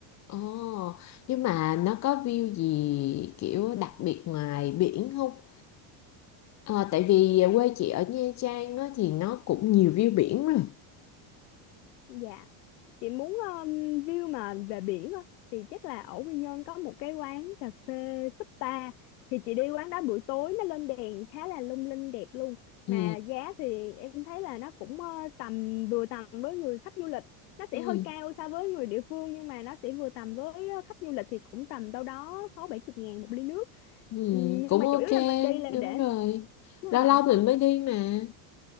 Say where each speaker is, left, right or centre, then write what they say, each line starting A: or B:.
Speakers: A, on the left; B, on the left.
A: ồ nhưng mà nó có view gì kiểu đặc biệt ngoài biển không Ờ, tại vì quê chị ở Nha Trang á, thì nó cũng nhiều view biển rồi
B: dạ chị muốn um, view mà về biển á thì chắc là ở Quy Nhơn có một cái quán cà phê Súp Ta thì chị đi quán đó buổi tối nó lên đèn khá là lung linh đẹp luôn mà
A: ừ
B: giá thì em thấy là nó cũng ờ, tầm vừa tầm với người khách du lịch nó sẽ
A: Ừ,
B: hơi cao so với người địa phương nhưng mà nó sẽ vừa tầm với ờ, khách du lịch thì cũng tầm đâu đó sáu bảy chục ngàn một ly nước
A: ừ,
B: Ừm, nhưng
A: cũng
B: mà
A: ok
B: chủ yếu là mình đi là
A: đúng
B: để
A: rồi
B: đúng
A: lâu
B: rồi
A: lâu mình mới đi mà